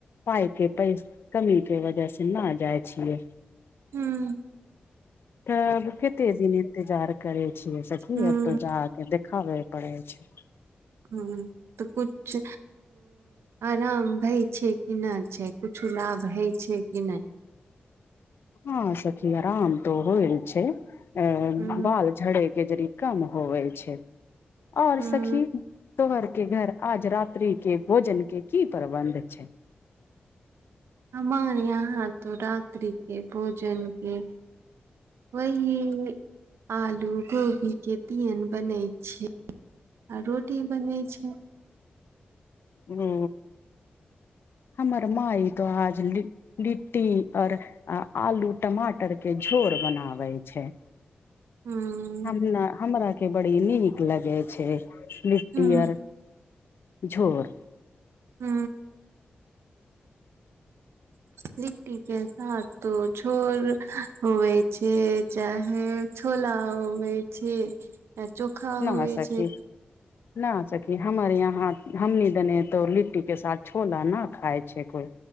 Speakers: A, on the left (about 65°); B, on the right (about 85°).
A: पाय के पैस कमी के वजह से ना जाय छियै
B: हूँ
A: तब कते दिन इंतजार करे छियै सखी
B: हँ
A: अब त जाब देखाबय पड़ै छै
B: हू तऽ कुछ आराम भई छै किना छै कुछु लाभ हय छै कि नहि
A: हँ सखी आराम त होइ छै ए
B: हम्म,
A: बाल झड़े के जड़ी कम होवे छै आऔर
B: हम्म,
A: सखी तोहर के घर आज रात्रि के भोजन के की प्रबन्ध छै?
B: हमार यहाँ तो रात्रि के भोजन के वही आलू गोभी के तिमन बनै छै आ रोटी बनै छै
A: ओ हमर माँई त आज ल लिट्टी और आलू टमाटर के झोर बनाबे छै
B: हू
A: हम न हमरा के बड़ी नीक लगे छै लिट्टीयर
B: हम्म
A: झोर
B: हू लिट्टी के साथ तो झोर होबै छै चाहे छोला होबै छै चोखा
A: न
B: होवे
A: हे सखी
B: छै
A: न सखी हमर यहाँ हमनी देने तो लिट्टी के साथ छोला न खााय छै कोई